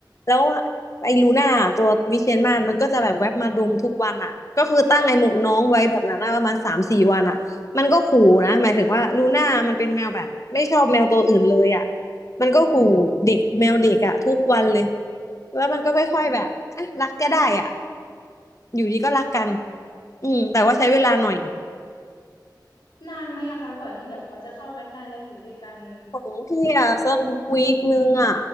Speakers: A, on the left; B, on the left.
A: แล้วไอ้ลูน่าตัววิเชียนมาศมันก็จะแบบแวบมาดมทุกวันอะก็คือตั้งไอ้หมูน้องไว้แบบนั้นอะประมาณสามสี่วันอะมันก็ขู่นะหมายถึงว่าลูน่ามันเป็นแมวแบบไม่ชอบแมวตัวอื่นเลยอะ
B: อืม
A: มันก็ขู่เด็กแมวเด็กอะทุกวันเลย แล้วมันก็ค่อยๆแบบอ่ะรักก็ได้อ่ะอยู่ดีก็รักกันอืมแต่ว่าใช้เวลาหน่อย
B: นานไหมอะคะกว่าที่แบบเขาจะเข้ากันได้แล้วอยู่ด้วยกัน
A: ของพี่อ่ะสักวีคนึงอ่ะ